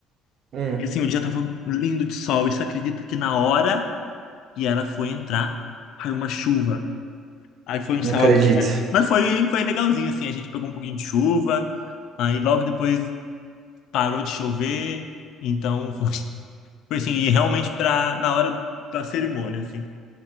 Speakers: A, on the right; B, on the left.
A: Hum,
B: e assim, o dia tava lindo de sol, e você acredita que na hora que ela foi entrar, caiu uma chuva. Aí foi um
A: não
B: céu
A: acredito.
B: aberto. Mas foi foi legalzinho assim, a gente pegou um pouquinho de chuva, aí logo depois parou de chover, então <laughs> Foi assim, e realmente pra, na hora da cerimônia, assim.